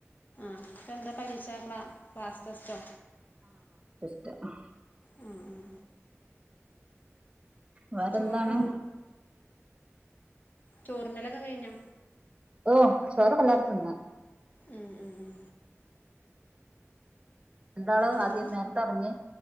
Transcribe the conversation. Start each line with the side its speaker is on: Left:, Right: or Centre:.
Left: ഇപ്പ എന്താ പരീക്ഷ ക്ലാ ക്ലാസ് ടെസ്റ്റോ?
Right: അഹ്
Left: ഉം ഉം
Right: വേറെന്താണ്?
Left: ചോറൊക്കെ ചോറ്ന്നലൊക്കെ കഴിഞ്ഞോ?
Right: ഓ ചോറൊക്കെല്ലാരും തിന്നു
Left: ഉം ഉം ഉം
Right: രണ്ടാളും
Left: എന്നാ,
Right: ആദ്യം നേര്ത്തെ ഒർങ്ങി